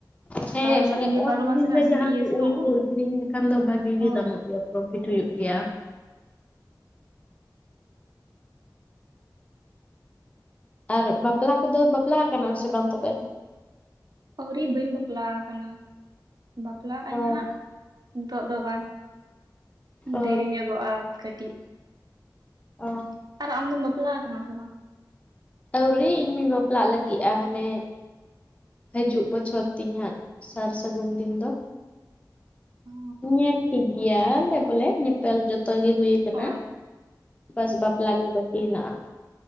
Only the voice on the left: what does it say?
ᱦᱮᱸ
ᱢᱟᱱᱮ
ᱚᱥᱤᱡᱤᱱ
ᱨᱮ ᱡᱟᱦᱟᱸ
ᱠᱚ
ᱩᱞ
ᱠᱩ ᱟᱹᱠᱷᱨᱤᱧ ᱞᱮᱠᱷᱟᱱ ᱫᱚ ᱵᱷᱟᱜᱤ
ᱜᱤ ᱫᱟᱢᱚᱜ ᱜᱮᱭᱟ᱾ ᱯᱚᱨᱚᱯᱷᱤᱴ ᱦᱩᱭᱩᱜ ᱜᱮᱭᱟ᱾ ᱟᱨ, ᱵᱟᱯᱞᱟ ᱠᱚᱫᱚ ᱵᱟᱯᱞᱟ ᱟᱠᱟᱱᱟᱢ ᱥᱮ ᱵᱟᱝ ᱛᱚᱵᱮ?
ᱚ
ᱚ
ᱚ
ᱟᱹᱣᱨᱤ, ᱤᱧ ᱢᱟ. ᱧ ᱵᱟᱯᱞᱟᱜ ᱞᱟᱹᱜᱤᱫᱼᱟ, ᱦᱟᱱᱮ ᱦᱤᱡᱩᱜ ᱵᱚᱪᱷᱚᱨ ᱛᱤᱧ ᱦᱟᱜ, ᱥᱟᱨ ᱥᱟᱹᱜᱩᱱ ᱫᱤᱱ ᱫᱚ ᱾
ᱧᱮᱞ ᱴᱷᱤᱠᱜᱮᱭᱟ ᱞᱮ ᱵᱚᱞᱮ, ᱧᱮᱯᱮᱞ ᱡᱚᱛᱚ ᱜᱮ ᱦᱩᱭ ᱟᱠᱟᱱᱟ
᱾ ᱵᱟᱥ ᱵᱟᱯᱞᱟ ᱜᱮ ᱵᱟᱠᱤ ᱦᱮᱱᱟᱜᱼᱟ ᱾